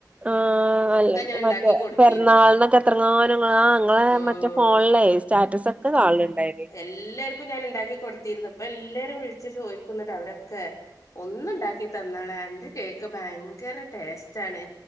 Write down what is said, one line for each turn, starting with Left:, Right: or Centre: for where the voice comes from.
Right: ആഹ് ആഹ്
Left: ഒക്കെ
Right: അല്ല
Left: ഞാൻ ഉണ്ടാക്കി
Right: മറ്റേ
Left: കൊടുത്തിരുന്നു
Right: പെറന്നാളന്നൊക്കെ എത്രങ്ങാനങ്ങ ആ അങ്ങെ
Left: ഉം
Right: മറ്റേ ഫോണില- ചാറ്റസക്കെ കാണലുണ്ടായിരുന്നു
Left: എല്ലാവർക്കും ഞാൻ ഇണ്ടാക്കി കൊടുത്തിന്ന് ഇപ്പൊ എല്ലാവരും വിളിച്ചു ചോദിക്കുന്നിട്ട് അവരൊക്കെ ഒന്നുണ്ടാക്കി തന്നാളെ എന്റെ കേക്ക് ഭയങ്കര ടേസ്റ്റ് ആണ്